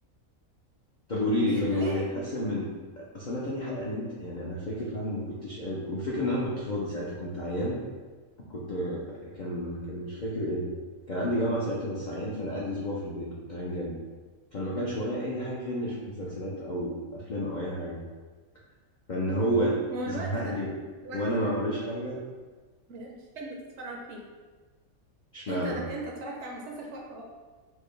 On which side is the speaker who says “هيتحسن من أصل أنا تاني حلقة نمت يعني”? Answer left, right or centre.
Left